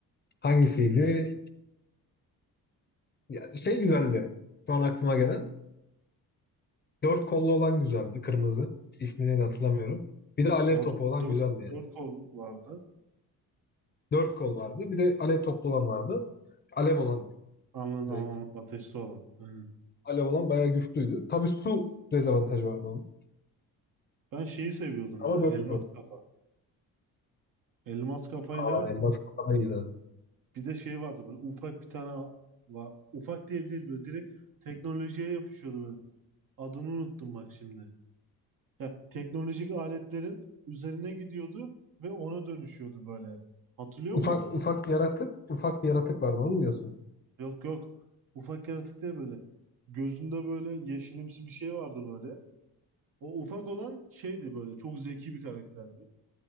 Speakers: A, on the left; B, on the right.
A: hangisiydi? Ya, şey güzeldi. Şu an aklıma gelen. Dört kollu olan güzeldi. Kırmızı. İsmini de hatırlamıyorum. Bir de alev
B: Dört,
A: topu
B: dört,
A: olan güzeldi yani.
B: dört kol vardı.
A: Dört kol vardı. Bir de alev toplu olan vardı. Alev olan
B: Anladım,
A: direkt.
B: anladım. Ateşli olan. Aynen.
A: Alev olan bayağı güçlüydü. Tabii su dezavantajı vardı onun.
B: Ben şeyi seviyordum
A: Ama
B: ya.
A: 4
B: Elmas
A: kaldı.
B: kafa. Elmas kafayla
A: Aa elmas kafada iyiydi.
B: bir de şey vardı böyle ufak bir tane va- ufak değil değil böyle direkt teknolojiye yapışıyordu böyle. Adını unuttum bak şimdi. Ya teknolojik aletlerin üzerine gidiyordu ve ona dönüşüyordu böyle. Hatırlıyor
A: Ufak,
B: musun onu?
A: ufak yaratık. Ufak bir yaratık vardı onu mu diyorsun?
B: Yok yok. Ufak yaratık değil böyle. Gözünde böyle yeşilimsi bir şey vardı böyle. O ufak olan şeydi böyle. Çok zeki bir karakterdi.